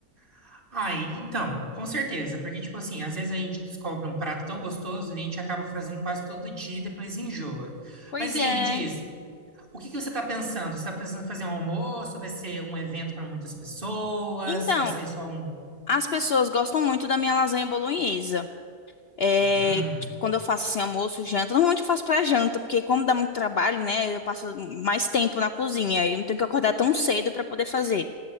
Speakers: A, on the right; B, on the left.
A: <laughs> Ai, então, com certeza, porque tipo assim, às vezes a gente descobre um prato tão gostoso e a gente acaba fazendo quase todo dia e depois enjoa.
B: Pois
A: Mas aí,
B: é.
A: me diz, o que que você tá pensando? Você tá pensando em fazer um almoço? Vai ser um evento para muitas pessoas?
B: Então,
A: Vai ser só um.
B: as pessoas gostam muito da minha lasanha bolonhesa. É,
A: Hum,
B: tipo, quando eu faço assim, almoço, janta, normalmente eu faço pra janta, porque como dá muito trabalho, né, eu passo mais tempo na cozinha, e eu não tenho que acordar tão cedo pra poder fazer.